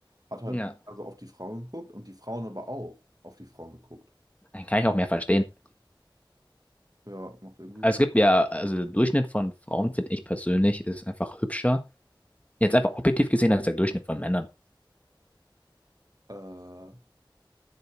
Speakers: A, on the right; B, on the left.
A: Hat halt
B: Ja.
A: also auf die Frauen geguckt und die Frauen aber auch auf die Frauen geguckt.
B: Dann kann ich auch mehr verstehen.
A: Ja, macht irgendwie
B: Also
A: Sinn.
B: es gibt ja, also der Durchschnitt von Frauen, finde ich persönlich, ist einfach hübscher. Jetzt einfach objektiv gesehen als der Durchschnitt von Männern.
A: Äh,